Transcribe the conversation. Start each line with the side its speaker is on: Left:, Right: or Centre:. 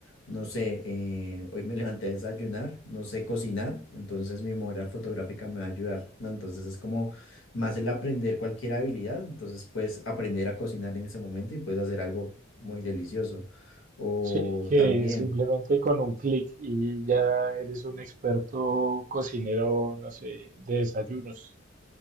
Left: no sé, eh, hoy me levanté a desayunar, no sé cocinar, entonces mi memoria fotográfica me va a ayudar, ¿no? Entonces es como más el aprender cualquier habilidad, entonces puedes aprender a cocinar en ese momento y puedes hacer algo muy delicioso. O
Right: Sí, que
Left: también,
Right: simplemente con un clic y ya eres un experto cocinero, no sé, de desayunos.